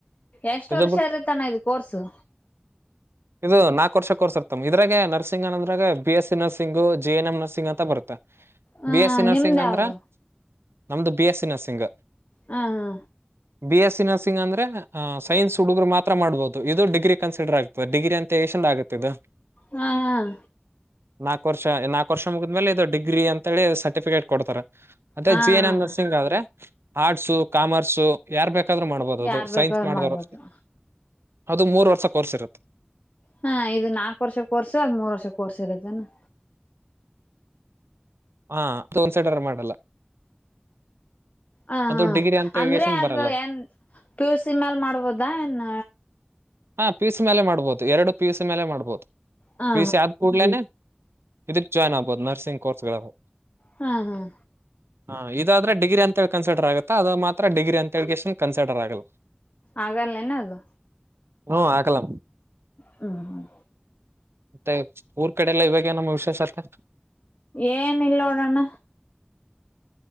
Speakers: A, on the left; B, on the right.
A: ಎಷ್ಟ
B: ಇದು
A: ವರ್ಷ
B: ಬಿಟ್
A: ಇರುತ್ತಾನ ಇ ಕೋರ್ಸು
B: ಇದು ನಾಕಕ್ ವರ್ಷ ಕೋರ್ಸ್ರ್ತ ಇದ್ರೆ ನರ್ಸಿಂಗ್ ಅನ್ನಂದ್ರಾಗ B S nursing J N M nursing ಅಂತ ಬರುತ್ತೆ
A: ಹ
B: ಬಿ ಎಸ್ ಸಿ ನರ್ಸಿಂಗ್
A: ನಿಮ್ದ
B: ಅಂದ್ರ
A: ಯಾವ್ದು
B: ನಮ್ದು ಬಿ ಎಸ್ ಸಿ ನರ್ಸಿಂಗ್
A: ಹಾ ಹಾ
B: ಬಿ ಎಸ್ ಸಿ ನರ್ಸಿಂಗ್ ಅಂದ್ರೆಹ್ ಸೈನ್ಸ್ ಹುಡುಗರು ಮಾತ್ರ ಮಾಡ್ಬಹುದು ಇದು ಡಿಗ್ರಿ ಕನ್ಸಿಡರ್ ಆಗ್ತಿ ಡಿಗ್ರಿ ಅಂತ ಎಷ್ಟಂದ ಆಗುತ್ತೆ ಇದು
A: ಹಾ ಹ
B: ನಾಕಕ್ ವರ್ಷ ನಾಕ್ ವರ್ಷ ಮುಗಿದ್ಮೇಲೆ ಇದು ಡಿಗ್ರಿ ಅಂತ ಹೇಳಿ ಸರ್ಟಿಫಿಕೇಟ್ ಕೊಡ್ತಾರ ಅದೆ
A: ಹಾ
B: ಜಿ ಎನ್ ಎ ನರ್ಸಿಂಗ್
A: ಹಾ
B: ಆದ್ರೆ ಆರ್ಟ್ಸು ಕಾಮರ್ಸು ಯಾರ್ ಬೇಕ ಯಾಕಾದ್ರರು ಮಾಡ್ಬೋದು ಅದು
A: ಯಾರ್
B: ಸೈನ್ಸ್
A: ಬೇಕಾದ್ರರು
B: ಮಾಡಿದವರು
A: ಮಾಡ್ಬೋದು
B: ಅದು ಮೂರ್ ವರ್ಷ ಕೋರ್ಸ್ ಇರುತ್ತೆ
A: ಹಾ ಇದು ನಾಕಕ್ ವರ್ಷ ಕೋರ್ಸ ಅದ್ ಮೂರ್ ವರ್ಷ ಕೋರ್ಸ ಇರತ್ತನ
B: ಹಾ ತೋನ್ಸೆಟರ್ ಮಾಡಲ್ಲ
A: ಹ
B: ಅದು
A: ಹ
B: ಡಿಗ್ರಿ ಅಂತ
A: ಅಂದ್ರೆ
B: ಹೇಳ್ಗೆಸನ್
A: ಅದು
B: ಬರಲ್ಲ
A: ಏನ್ ಪ್ಯೂ ಸಿ ಮ್ಯಾಲ ಮಾಡ್ಬೋದಾ ನ್
B: ಹಾ ಪೀಸ್ ಮೇಲೆ ಮಾಡ್ಬೋದು ಎರಡು ಪೀಸ್ ಮೇಲೆ ಮಾಡ್ಬೋದು
A: ಹಾ
B: ಪಿ ಸಿ ಆದ್ ಕೂಡ್ಲೇನೆ ಇದ್ರ ಜಾಯಿನ್ ಆಗ್ಬಹುದು ನರ್ಸಿಂಗ್ ಕೋರ್ಸ್ ಗುದು
A: ಹ್ಮ್ ಹ್ಮ್
B: ಹ ಇದಾದ್ರೆ ಡಿಗ್ರಿ ಅಂತೇಳಿ ಕನ್ಸಿಡರ್ ಆಗತ್ತ ಅದು ಮಾತ್ರ ಡಿಗ್ರಿ ಅಂತ ಹೇಳಿ ಇಷ್ಟನ್ ಕನ್ಸಿರ್ ಆಗಲ್ಲ
A: ಆಗರ ನನೆದು
B: ಹ್ಮ್ ಆಗಲ್ಲ
A: ಹ್ಮ್ ಹ್ಮ್
B: ಮತ್ತೆ ಊರ್ ಕಡೆ ಎಲ್ಲ ಇವಾಗೇಏನಮ್ಮ ವಿಶೇಷ ಆ
A: ಏನ್ ಇಲ್ಲೋಡಣ